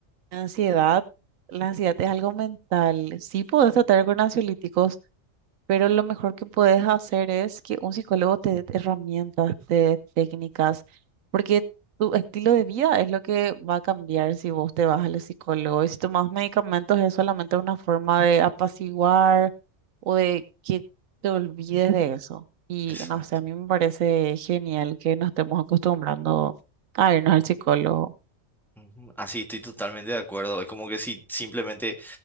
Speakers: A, on the right; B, in the centre.
A: la ansiedad, la ansiedad es algo mental. Sí puedes tratar con ansiolíticos, pero lo mejor que puedes hacer es que un psicólogo te dé herramientas, te dé técnicas, porque tu estilo de vida es lo que va a cambiar si vos te vas al psicólogo. Y si tomas medicamentos es solamente una forma de apaciguar o de que te olvides de eso. Y
B: Exacto.
A: no sé, a mí me parece genial que nos estemos acostumbrando a irnos al psicólogo
B: ujú. Así, estoy totalmente de acuerdo. Es como que si simplemente